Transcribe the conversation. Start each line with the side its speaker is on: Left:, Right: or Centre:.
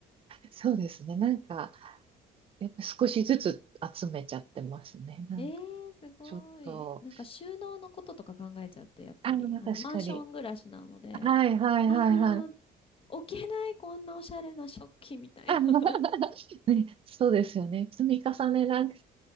Right: そうですね。なんか、やっぱ少しずつ集めちゃってますね。なんか、
Left: えー、すごい。
Right: ちょっと、
Left: なんか収納のこととか考えちゃって、やっぱり。
Right: ああ、
Left: あの、
Right: 確かに。
Left: マンション暮らしなので、
Right: はいはいはいはい。
Left: ああ、置けない、こんなおしゃれな食器みたいな。
Right: <laughs>
Left: <laughs>
Right: そうですよね。積み重ねなんて